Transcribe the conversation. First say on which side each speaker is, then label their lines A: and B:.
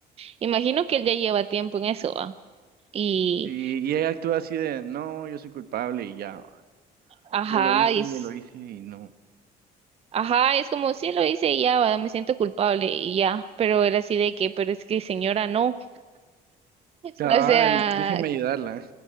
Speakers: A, on the right; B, on the right.
A: imagino que él ya lleva tiempo en eso, ¿va? Y
B: Sí, y ella actúa así de, no, yo soy culpable y ya,
A: ajá,
B: yo lo hice,
A: y es,
B: yo lo hice y no.
A: ajá, es como sí lo hice y ya, ¿va? Me siento culpable y ya, pero era así de que, pero es que señora, no.
B: Cabal,
A: O sea,
B: déjeme ayudarla.